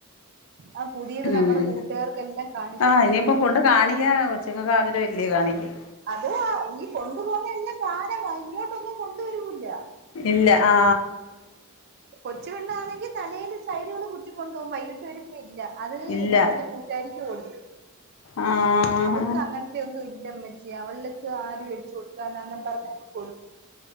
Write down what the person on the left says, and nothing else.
ഉം
ആഹ്
ഇനിയിപ്പോ കൊണ്ട് കാണിക്കാൻ കൊച്ചുങ്ങൾക്ക് ആഗ്രഹം ഇല്ലേ കാണിക്കാൻ
ഇല്ല ആ
ഇല്ല
ആഹ്